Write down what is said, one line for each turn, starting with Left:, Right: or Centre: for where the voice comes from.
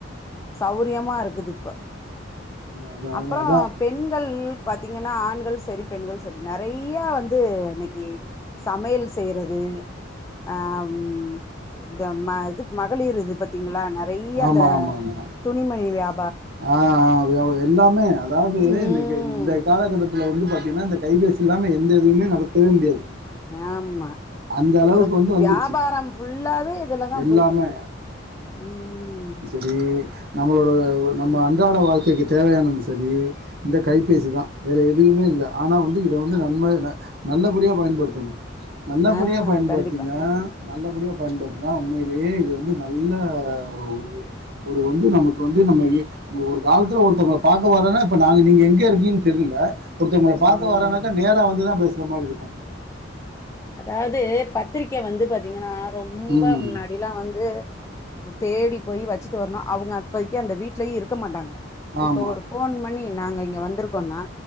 Left: சௌரியமாருக்குது இப்ப
Right: அதா
Left: அப்றோ
Right: அதா அதா
Left: பெண்கள் பாத்தீங்கன்னா ஆண்கள் செரி பெண்கள் செரி நறையா வந்து இன்னக்கி சமையல் செய்றது ஆ ம் இந்த ம இது மகளிர் இது பாத்தீங்களா ந றையா
Right: ஆமா
Left: இந்த
Right: ஆமா ஆமா
Left: துணிமணி வியா
Right: ஆ ஆ வியா எல்லாமே அதாவ்து
Left: ம்
Right: இன்னக்கி இன்றைய காலகட்டத்துல வந்து பாத்தீங்கன்னா இந்த கைபேசி இல்லாம எந்த இதுமே நடத்தவே முடியாது
Left: ஆமா
Right: அந்த அளவுக்கு
Left: ஒரு
Right: வந்து வந்துருச்சு
Left: வியாபாரம் ஃபுல்லாவே இதுலதா
Right: எல்லாமே
Left: போய்ட்ருக்குது ம்
Right: ரி நம்மளோட நம்ம அன்றாட வாழ்க்கைக்கு தேவயானது செரி இந்த கைபேசி தா வேற எதுமே இல்ல ஆனா வந்து இத வந்து
Left: ஆமா
Right: நன்ம நல்லபடியா பயன்படுத்தனு நல்லபடியா
Left: ஆ
Right: பயன்படுத்தினா
Left: கண்டிப்பா
Right: நல்லபடியா பயன்படுத்தினா உண்மயிலே இது வந்து நல்ல ஒரு ஒரு வந்து நமக்கு வந்து நம்ம ஒரு காலத்துல ஒருத்தோங்கள பாக்க வரேனா இப்ப நாங்க நீங்க எங்க இருக்கீங்கன் தெர்ல ஒருத்தோங்கள பாக்க
Left: ம்
Right: வரனாக்கா நேரா வந்துதா பேசுற மாரி இருக்கு
Left: அதாவ்து பத்திரிக்க வந்து பாத்தீங்கன்னா ரொம்ப
Right: ம்
Left: ந டிலாம் வந்து தேடி போய் வச்சுட்டு வரணும் அவுங்க அப்பைக்கு அந்த வீட்லயே இருக்க மாட்டாங்க இப்போ
Right: ஆமாம்
Left: ஒரு ஃபோன் பண்ணி நாங்க இங்க வந்திருக்கோம்னா